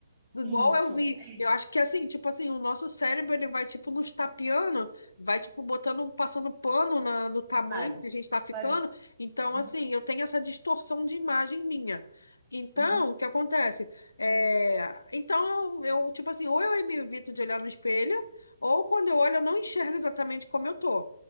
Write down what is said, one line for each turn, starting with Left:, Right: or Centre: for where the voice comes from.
Left: Igual
Right: isso.
Left: eu vi,
Right: É,
Left: eu acho que assim, tipo assim, o nosso cérebro ele vai tipo nos tapeando, vai tipo botando, passando pano na, no tamanho
Right: vai.
Left: que a gente tá ficando.
Right: Paga.
Left: Então,
Right: Uhum,
Left: assim, eu tenho essa distorção de imagem minha. Então,
Right: uhum.
Left: o que acontece? É, então, eu, tipo assim, ou eu me evito de olhar no espelho, ou quando eu olho, eu não enxergo exatamente como eu tô,